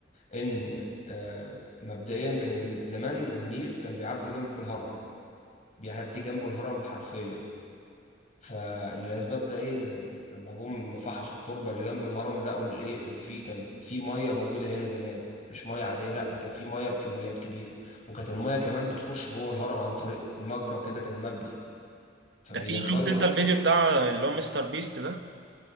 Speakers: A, on the left (about 40°); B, on the right (about 65°).
A: إن آه، مبدئيا كان زمان النيل كان بيعدي جنب الهرم بيعدي جنبه الهرم حرفيا فالاسباب ده ايه ان ال- لما جم فحصوا التربه اللي جنب الهرم لقوا الايه ان في كان في ميه موجوده هنا زمان مش ميه عاديه لا ده كان في ميه بكميات كبيره وكانت الميه كمان بتخش جوه الهرم عن طريق مجرى كده كان مبني فبيدخلوا
B: ده في شفت أنت
A: اله-
B: الفيديو بتاع اللي هو مستر بيست ده